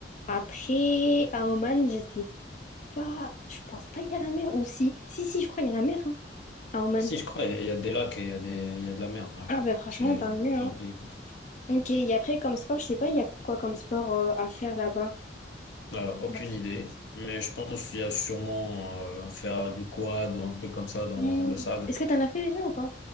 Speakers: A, on the left; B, on the left.
A: Après, à Oman, je sais pas. Je pense pas qu'il y a la mer ou Si, si, si je crois qu'il y a la mer hein, à Oman.
B: Si, je crois, il y a des lacs et il y a des, il y a de la mer. ouais.
A: Ah ben franchement,
B: C'est
A: tant mieux. Hein.
B: un pays que
A: Ok, et après, comme sport, je sais pas, il y a quoi comme sport euh, à faire là-bas?
B: Euh, aucune
A: Comme activité.
B: idée, mais je pense qu'il y a sûrement euh, faire du quad ou un truc comme ça dans
A: Hmm,
B: le sable.
A: Est-ce que t'en as fait déjà ou pas?